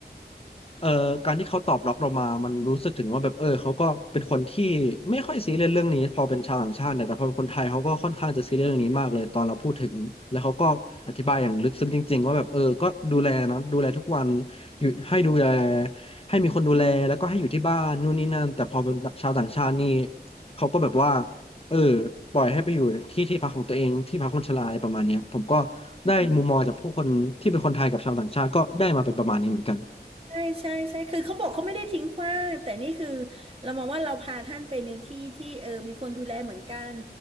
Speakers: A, on the left (about 35°); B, on the right (about 35°).
A: เอ่อการที่เขาตอบรับเรามามันรู้สึกถึงว่าแบบเออเขาก็เป็นคนที่ไม่ค่อยซีเรียสเรื่องนี้พอเป็นชาวต่างชาติเนี่ยแต่พอเป็นคนไทยเขาก็ค่อนข้างจะซีเรียสเรื่องนี้มากเลยตอนเราพูดถึงแล้วเขาก็อธิบายอย่างลึกซึ้งจริงๆว่าแบบเออก็ดูแลนะดูแลทุกวันอยู่ให้ดูแลให้มีคนดูแลแล้วก็ให้อยู่ที่บ้านนู่นนี่นั่นแต่พอเป็นชาวต่างชาตินี่เขาก็แบบว่าเออปล่อยให้ไปอยู่ที่ที่พักของตัวเองที่พักคนชราอะไรประมาณเนี้ยผมก็ได้มุมมองจากผู้คนที่เป็นคนไทยกับชาวต่างชาติก็ได้มาเป็นประมาณนี้เหมือนกัน
B: อืม ใช่ใช่ใช่คือเขาบอกเขาไม่ได้ทิ้งขว้างแต่นี่คือเรามองว่าเราพาท่านไปในที่ที่เออมีคนดูแลเหมือนกัน